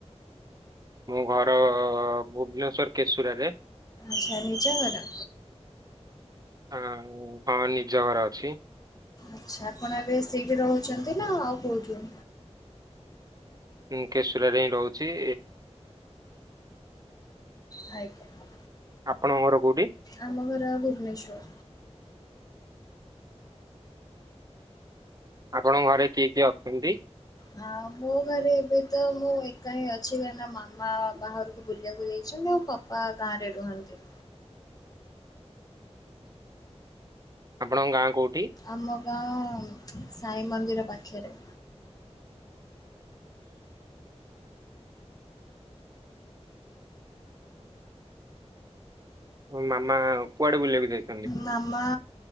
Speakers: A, on the right; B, on the left.
A: ମୋ ଘର ଭୁବନେଶ୍ୱର କେଶୁରାରେ।
B: ଆଚ୍ଛା ନିଜ ଘର।
A: ହଁ ହଁ ନିଜ ଘର ଅଛି।
B: ଆଚ୍ଛା ଆପଣ ଏବେ ସେଇଠି ରହୁଛନ୍ତି ନା ଆଉ କୋଉଠି?
A: ମୁଁ କେଶୁରାରେ ହିଁ ରହୁଛି।
B: ଆଜ୍ଞା।
A: ଆପଣଙ୍କର ଘର କୋଉଠି?
B: ଆମ ଘର ଆଉ ଭୁବନେଶ୍ଵର।
A: ଆପଣଙ୍କ ଘରେ କିଏ କିଏ ଅଛନ୍ତି?
B: ହଁ ମୁଁ ଘରେ ଏବେ ତ ମୁଁ ଏକା ହିଁ ଅଛି କାହିଁନା ମାମା ବାହାରକୁ ବୁଲିବାକୁ ଯାଇଛନ୍ତି ନା ଆଉ ପା ବା ଗାଁ ରେ ରୁହନ୍ତି।
A: ଆପଣଙ୍କ ଗାଁ କୋଉଁଠି?
B: ଆମ ଗାଁ ସାଇ ମନ୍ଦିର ପାଖରେ।
A: ମୋ ମାମା କୁଆଡେ ବୁଲିବା କୁ ଯାଇଛନ୍ତି?
B: ମାମା